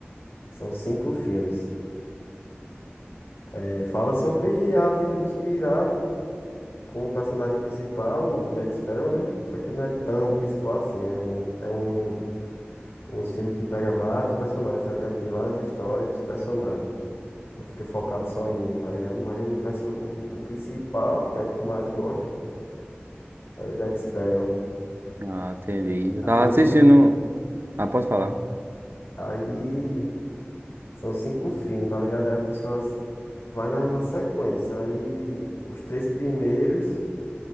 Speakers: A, on the left (about 75°); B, on the right (about 60°).
A: São cinco filmes. É, fala sobre a vida dos piratas. com o personagem principal, o Jack Sparrow, né? Só que ele não é tão principal assim. É um, é um, um filme que pega vários personagens, tá ligado? Tem várias histórias entre os personagens. Não fica focado só em um, tá ligado? Mas o, perso- o, o principal, que é o que eu mais gosto, é o Jack Sparrow.
B: Ah, entendi. Eu
A: Aí,
B: tava assistindo. Ah, posso falar?
A: aí são cinco filmes, tá ligado? Aí a pessoa s- vai na, na sequência. Aí os três primeiros